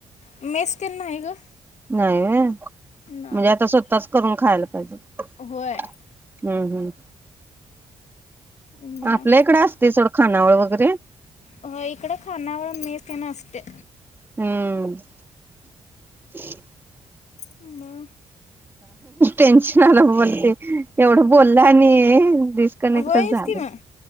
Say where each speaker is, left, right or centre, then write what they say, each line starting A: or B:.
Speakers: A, on the left; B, on the right.
A: मेस तर नाही गं
B: नाही होय
A: नाही
B: म्हणजे आता स्वतःच करून खायला हम्म
A: होय.
B: हम्म
A: म
B: आपल्या इकडं असते सोड खानावळ वगैरे
A: होय इकडं खानावळ मेस तेन असत्या
B: हम्म <inaudible>
A: म
B: टेन्शन आलं बोलते एवढं बोललं आणि...... डिस्कनेक्टच
A: होयच
B: झालं
A: की मग